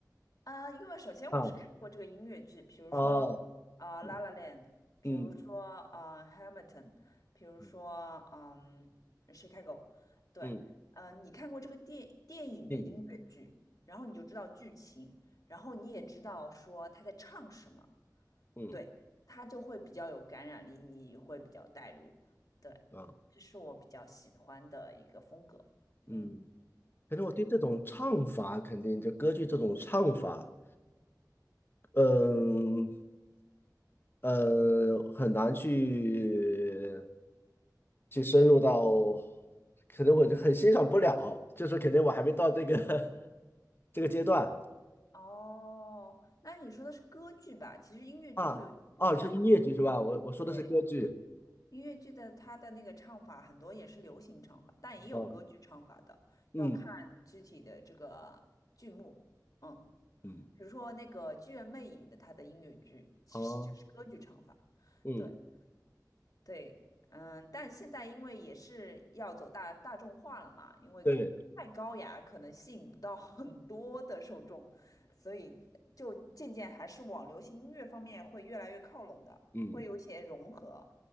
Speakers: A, on the left; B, on the left.
A: 啊，因为首先我是看过这个音乐剧，
B: 啊。
A: 比如说
B: 哦，
A: 啊呃，La
B: 嗯
A: La Land》，比如说啊呃，Hamilton》，
B: 嗯
A: 比如说嗯，
B: 嗯
A: 《Chicago》。对，
B: 嗯，
A: 呃，你看过这个电电影的音乐剧，
B: 电影，
A: 然后你就知道剧情，然后你也知道说他在唱什么，
B: 嗯
A: 对，他就会比较有感染力，你会比较带入。对，
B: 啊
A: 这是我比较喜欢的一个风格。嗯，
B: 嗯，可能我对这种唱法，
A: 对。
B: 肯定就歌剧这种唱法，嗯呃，很难去去深入到，可能我就很欣赏不了，就是肯定我还没到这个 <laughs> 这个阶段
A: 哦，那你说的是歌剧吧？其实音乐剧会有点不一样。
B: 啊啊，是音乐剧是吧？我我说的是歌剧，
A: 对，音乐剧的它的那个唱法很多也是流行唱法，但也有歌剧唱法的，
B: 啊嗯
A: 要看具体的这个剧目。嗯，
B: 嗯
A: 比如说那个《剧院魅影》的它的音乐剧其实就是歌剧唱法。
B: 啊嗯
A: 对，对，嗯，但现在因为也是要走大大众化了嘛，因为太高雅可能吸引不到
B: 对
A: <laughs> 很多的受众，所以就渐渐还是往流行音乐方面会越来越靠拢的，
B: 嗯，
A: 会有些融合，